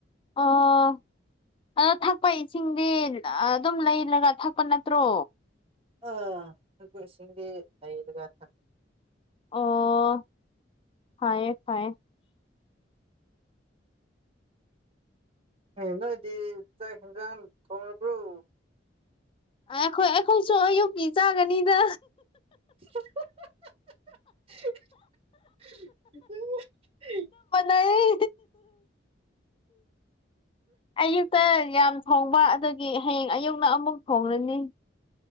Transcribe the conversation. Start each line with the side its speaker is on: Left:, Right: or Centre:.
Left: ꯑꯥ ꯑꯗꯣ ꯊꯛꯄ ꯏꯁꯤꯡꯗꯤ ꯑꯗꯨꯝ ꯂꯩꯔꯒ ꯊꯛꯄ ꯅꯠꯇ꯭ꯔꯣ
Right: ꯑꯥ ꯊꯛꯄ ꯏꯁꯤꯡꯗꯤ ꯂꯩꯔꯒ ꯊꯛꯀꯅꯤ
Left: ꯑꯣ ꯍꯥꯏꯌꯦ ꯐꯌꯦ
Right: ꯅꯣꯏꯗꯤ ꯆꯥꯛ ꯍꯦꯟꯖꯥꯡ ꯊꯣꯡꯉꯕꯔꯣ
Left: ꯑꯩꯈꯣꯏ ꯑꯩꯈꯣꯏꯁꯨ ꯑꯌꯨꯛꯀꯤ ꯆꯥꯒꯅꯤꯗ
Right: ꯍꯥꯍꯥ ꯍꯥ
Left: ꯑꯩ ꯑꯌꯨꯛꯇ ꯌꯥꯝ ꯊꯣꯡꯕ ꯑꯗꯨꯗꯒꯤ ꯍꯌꯦꯡ ꯑꯌꯨꯛꯅ ꯑꯃꯨꯛ ꯊꯣꯡꯂꯅꯤ